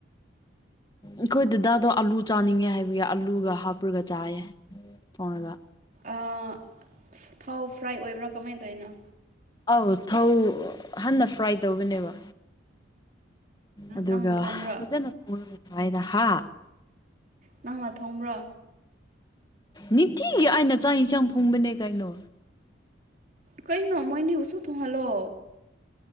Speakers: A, on the left; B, on the right.
A: ꯑꯈꯣꯏ ꯗꯗꯥꯗꯣ ꯑꯥꯂꯨ ꯆꯥꯅꯤꯡꯉꯦ ꯍꯥꯏꯕꯒꯤ ꯑꯥꯂꯨꯒ ꯍꯥꯞꯔꯒ ꯆꯥꯏꯌꯦ ꯊꯣꯡꯔꯒ
B: ꯑꯥ ꯊꯥꯎ ꯐ꯭ꯔꯥꯏ ꯑꯣꯏꯕ꯭ꯔꯥ ꯀꯃꯥꯏ ꯇꯧꯔꯤꯅꯣ
A: ꯑꯧ ꯊꯧ ꯍꯥꯟꯅ ꯐ꯭ꯔꯥꯏ ꯇꯧꯕꯅꯦꯕ ꯑꯗꯨꯒ
B: ꯅꯪ ꯊꯣꯡꯕ꯭ꯔꯣ
A: ꯐꯖꯅ ꯊꯣꯡꯔꯒ ꯆꯥꯏꯌꯦꯗ ꯍꯥ
B: ꯅꯪꯅ ꯊꯣꯡꯕ꯭ꯔꯣ
A: ꯅꯤꯇꯤꯒꯤ ꯑꯩꯅ ꯆꯥꯛ ꯏꯟꯁꯥꯡ ꯊꯣꯡꯕꯅꯦ ꯀꯩꯅꯣ
B: ꯀꯩꯅꯣ ꯃꯣꯏꯅꯤꯕꯨꯁꯨ ꯊꯣꯡꯍꯜꯂꯣ